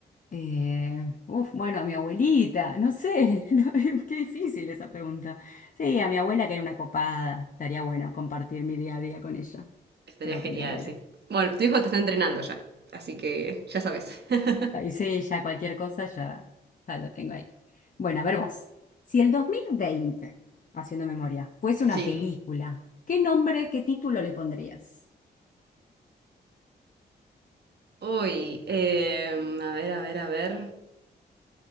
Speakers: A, on the left (about 45°); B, on the right (about 60°).
A: eh, uf, bueno, a mi abuelita, no sé. <laughs> no, qué difícil esa pregunta. Sí, a mi abuela que era una copada. Estaría bueno compartir mi día a día con ella.
B: Estaría
A: Creo
B: genial,
A: que mi abuela.
B: sí. Bueno, tu hijo te está entrenando ya, así que ya sabes. <laughs>
A: Y sí, ya cualquier cosa ya, ya lo tengo ahí. Bueno, a ver vos. Si el 2020, haciendo memoria, fuese una
B: Sí.
A: película, ¿qué nombre, qué título le pondrías?
B: Uy, eh, a ver, a ver, a ver.